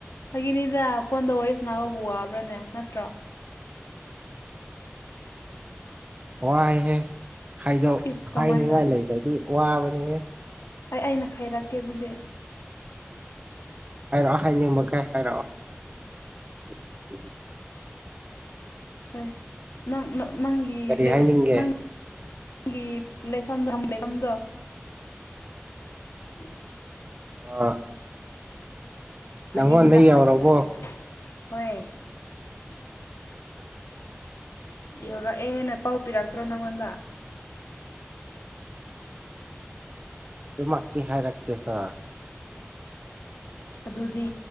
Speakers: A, on the left; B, on the right.
A: ꯐꯒꯤꯅꯤꯗ ꯐꯣꯟꯗꯥ ꯋꯥꯔꯤ ꯁꯥꯟꯅꯕꯕꯨ ꯋꯥꯕ꯭ꯔꯥꯅꯦ ꯅꯠꯇ꯭ꯔꯣ꯫
B: ꯋꯥꯏꯍꯦ ꯍꯥꯏꯗꯣꯛ
A: ꯏꯁ ꯀꯃꯥꯏꯅ
B: ꯍꯥꯏꯅꯤꯡꯉꯥꯏ ꯂꯩꯗ꯭ꯔꯗꯤ ꯋꯥꯕꯅꯤꯍꯦ꯫
A: ꯑꯩ ꯑꯩꯅ ꯈꯥꯏꯔꯛꯀꯦ ꯗꯨꯗꯤ꯫
B: ꯍꯥꯏꯔꯛꯑꯣ ꯍꯥꯏꯅꯤꯡꯕꯈꯩ ꯍꯥꯏꯔꯛꯑꯣ꯫ <inaudible>
A: ꯍꯣꯏ ꯅꯪ ꯅ ꯅꯪꯒꯤ
B: ꯀꯔꯤ
A: ꯂꯩ
B: ꯍꯥꯏꯅꯤꯡꯒꯦ
A: ꯅꯪ ꯒꯤ ꯂꯩꯐꯝꯗ ꯂꯩꯐꯝꯗꯣ <inaudible>
B: ꯑ
A: ꯐꯥꯒꯤꯅꯤꯗ
B: ꯅꯪꯉꯣꯟꯗ ꯌꯧꯔꯕꯣ
A: ꯐꯥꯒꯤ ꯇꯧꯕꯅꯤ ꯍꯣꯏ ꯌꯧꯔꯛꯑꯦ ꯍꯦꯟꯅ ꯄꯥꯎ ꯄꯤꯔꯛꯇ꯭ꯔꯣ ꯅꯪꯉꯣꯟꯗ꯫
B: ꯗꯨꯃꯛꯇꯤ ꯍꯥꯏꯔꯛꯇꯦꯗꯥ
A: ꯑꯗꯨꯗꯤ